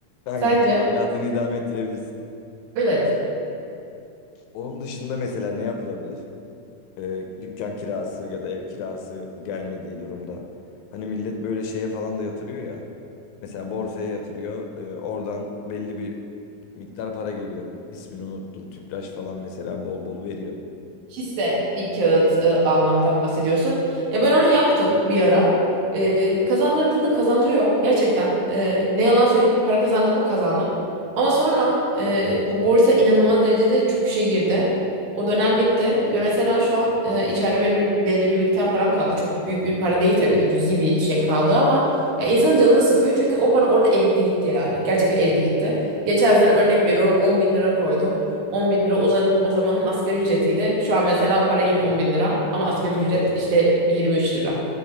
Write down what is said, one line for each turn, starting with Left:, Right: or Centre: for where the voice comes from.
Left: Aynen.
Right: Sence?
Left: Hayatını idame ettirebilirsin.
Right: Evet.
Left: Onun dışında mesela ne yapılabilir? Ee, dükkan kirası ya da ev kirası gelmediği durumda. Hani millet böyle şeye falan da yatırıyor ya. Mesela borsaya yatırıyor. Ee, oradan belli bir miktar para geliyor. İsmini unuttum. Tüpraş falan mesela bol bol veriyor.
Right: hisse bir kağıt e, almaktan bahsediyorsun. Ya ben onu yaptım bir ara. E, kazandırdığını kazandırıyor gerçekten. E, ne yalan söyleyeyim para kazandım mı kazandım. Ama sonra e, bu borsa inanılmaz derecede çöküşe girdi. O dönem bitti ve mesela şu an e, içeride benim bir, belli bir miktar param kaldı. Çok büyük bir para değil tabii ki cüzi bir şey kaldı ama ya insanın canını sıkıyor çünkü o para orada eridi gitti yani. Gerçekten eridi gitti. Geçen sene örnek veriyorum 10 bin lira koydum. 10 bin lira o zaman, o zamanın asgari ücretiydi. Şu an mesela para yine 10 bin lira ama asgari ücret işte 23 lira.